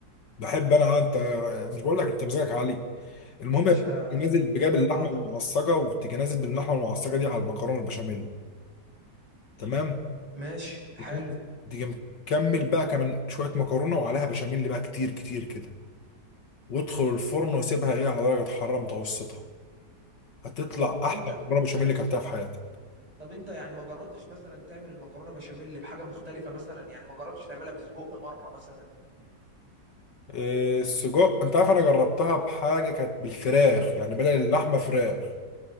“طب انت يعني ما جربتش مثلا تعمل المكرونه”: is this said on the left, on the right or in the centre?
Right